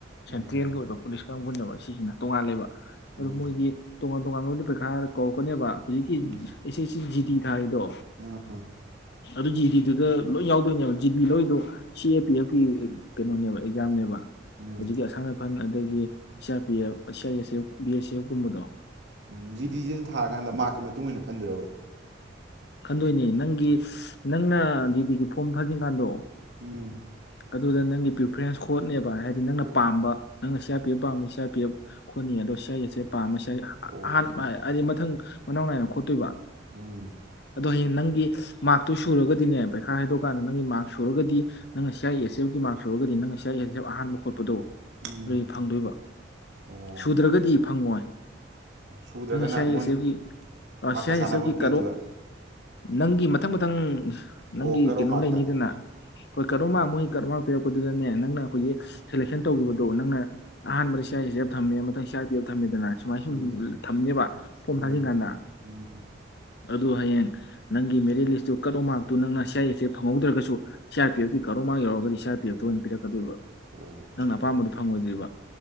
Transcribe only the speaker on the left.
ꯁꯦꯟꯇ꯭ꯔꯦꯜꯒꯤ ꯑꯣꯏꯕ ꯄꯨꯂꯤꯁ ꯀꯥꯡꯕꯨꯅꯦꯕ ꯁꯤꯁꯤꯅ ꯇꯣꯉꯥꯂꯦꯕ
ꯑꯗꯨ ꯃꯣꯏꯒꯤ ꯇꯣꯉꯥꯟ-ꯇꯣꯉꯥꯟꯕꯕꯨꯗꯤ ꯄꯩꯈꯥ ꯀꯧꯔꯛꯀꯅꯦꯕ ꯍꯨꯖꯤꯛꯀꯤ
ꯑꯦꯁꯦꯁꯤ ꯖꯤꯗꯤ ꯇꯥꯥꯔꯤꯗꯣ
ꯑꯗꯨ ꯖꯤ ꯗꯤꯗꯨꯗ ꯂꯣꯏ ꯌꯥꯎꯗꯣꯏꯅꯦꯕ ꯖꯤꯗꯤ ꯂꯣꯏꯗꯣ ꯁꯤ ꯑꯦ ꯄꯤ ꯑꯦꯞꯀꯤ ꯑ ꯀꯩꯅꯣꯅꯦꯕ ꯑꯦꯛꯖꯥꯝꯅꯦꯕ
ꯍꯧꯖꯤꯛꯀꯤ ꯑꯁꯥꯝ ꯔꯥꯏꯐꯜ ꯑꯗꯒꯤ ꯁꯤ R P F C I S F B S F ꯀꯨꯝꯕꯗꯣ
ꯈꯟꯗꯣꯏꯅ‌ꯦ꯫ ꯅꯪꯒꯤ ꯅꯪꯅ ꯖꯤ ꯒꯤ ꯐꯣꯝ ꯊꯥꯖꯤꯟ ꯀꯥꯟꯗꯣ꯫
ꯑꯗꯨꯗ ꯅꯪꯒꯤ ꯄ꯭ꯔꯤꯐꯔꯦꯟꯁ ꯈꯣꯠꯅꯦꯕ ꯍꯥꯏꯗꯤ ꯅꯪꯅ
ꯄꯥꯝꯕ ꯅꯪꯅ ꯁꯤꯎꯔꯄꯤꯑꯕ ꯄꯥꯝꯃꯤ ꯁꯤꯎꯔꯄꯤꯕ ꯈꯣꯗꯅꯤ ꯑꯗꯣ ꯁꯤ ꯑ ꯑꯥꯁ ꯑꯕ ꯄꯥꯝ
ꯑꯍꯥꯟꯕ <unintelligible> ꯍꯥꯏꯗꯤ ꯃꯊꯪ ꯃꯅꯥꯎ ꯅꯥꯏꯅ ꯈꯣꯠꯇꯣꯏꯕ
ꯑꯗꯣ ꯍꯌꯦꯡ ꯅꯪꯒꯤ ꯃꯥꯔꯛꯇꯨ ꯁꯨꯔꯒꯗꯤꯅꯦ ꯄꯩꯈꯥ ꯍꯥꯏꯗꯣꯛꯑꯀꯥꯟꯗ ꯅꯪꯒꯤ ꯃꯥꯔꯛ ꯁꯨꯔꯒꯗꯤ ꯅꯪꯅ ꯁꯤ ꯑꯥꯏ ꯑꯦꯁ ꯑꯦꯐꯒꯤ ꯃꯥꯔꯁ ꯁꯨꯔꯒ ꯅꯪ ꯁꯤ ꯑꯥꯏ ꯑꯦ ꯑꯍꯥꯟꯕ ꯈꯣꯠꯄꯗꯣ
ꯑꯗꯨꯗꯨ ꯐꯪꯗꯣꯏꯕ
ꯁꯨꯗ꯭ꯔꯒꯗꯤ ꯐꯪꯉꯣꯏꯣ
ꯅꯥꯡꯟ ꯁꯤ ꯌꯥꯏ
ꯑꯥꯁ ꯑꯕꯀꯤ
ꯁꯤꯌꯥ
ꯑꯁꯦꯐꯀꯤ
ꯀꯠ ꯑꯣꯕ ꯅꯪꯒꯤ ꯃꯊꯪ ꯃꯊꯪ
ꯅꯪꯒꯤ
ꯀꯩꯅꯣ
ꯂꯩꯅꯤꯗꯅ ꯍꯣꯏ ꯀ ꯀꯔ ꯑꯃ ꯃꯣꯏ ꯀꯔꯠ ꯑꯃ ꯄꯤꯔꯛꯄꯗꯨꯗꯅꯦ ꯅꯪꯅ ꯑꯩꯈꯖꯤꯛ ꯁꯦꯂꯦꯛꯁꯟ ꯇꯧꯈꯤꯕꯗꯣ ꯅꯪꯅ ꯑꯍꯥꯟꯕꯗ ꯏꯁꯥꯏ ꯁꯤꯦꯞ ꯊꯝꯃꯦ ꯃꯊꯪ ꯏꯁꯥꯥꯏ ꯄꯤꯔꯞ ꯊꯝꯃꯦꯗꯅ ꯁꯨꯃꯥꯏꯅ ꯁꯨꯝ
ꯊꯝꯅꯦꯕ ꯄꯣꯝ
ꯊꯥꯖꯤꯟꯀꯥꯟꯗ
ꯑꯗꯨ ꯍꯌꯦꯡ ꯅꯪꯒꯤ ꯃꯦꯔꯤꯠ ꯂꯤꯁꯇꯨ ꯀꯠꯂ ꯑꯣ ꯃꯥꯔꯛꯇꯨ ꯅꯪꯅ ꯁꯤ ꯑꯥꯔ ꯑꯦꯐꯁꯦ ꯐꯪꯍꯧꯗ꯭ꯔꯒꯁꯨ ꯁꯤ ꯑꯥꯔ ꯄꯤ ꯑꯦꯐꯀꯤ ꯀꯔꯣꯃ ꯌꯥꯎꯔꯒꯗꯤ ꯁꯤ ꯑꯥꯔ ꯄꯤ ꯑꯦꯐꯇ ꯑꯣꯏꯅ ꯄꯤꯔꯛꯀꯗꯣꯏꯕ
ꯅꯪꯅ ꯑꯄꯥꯝꯕꯗꯣ
ꯐꯪꯉꯣꯏꯗ꯭ꯔꯤꯕ